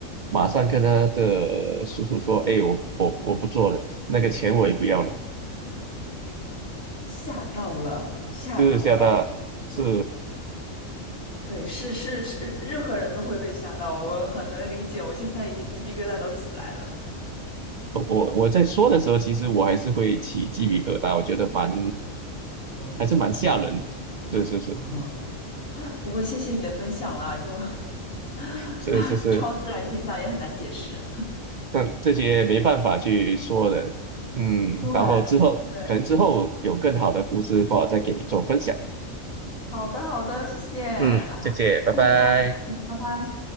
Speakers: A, on the right (about 65°); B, on the left (about 80°).
A: 马上跟他的叔叔说：“哎，我我我不做了，那个钱我也不要了。”
B: 吓到了，吓到了。
A: 就是吓到，是
B: 对，是是是，任何人都会被吓到，我很能理解。我现在已经鸡皮疙瘩都起来了。
A: 我我在说的时候，其实我还是会起鸡皮疙瘩，我觉得蛮
B: 哦，
A: 还是蛮吓人
B: 太恐怖
A: 的。是是是
B: 啊！不过谢谢你的分享啦，就 <sighs> 啊，
A: 是是是，
B: 超自然现象也很难解释。
A: 但这些没办法去说的。嗯，
B: 对
A: 然后之后可能之后有更好的故事的话，
B: 对，
A: 再给你做分享。
B: 好的好的，谢谢啊，
A: 嗯，谢谢，拜拜。
B: 那这样，嗯，拜拜。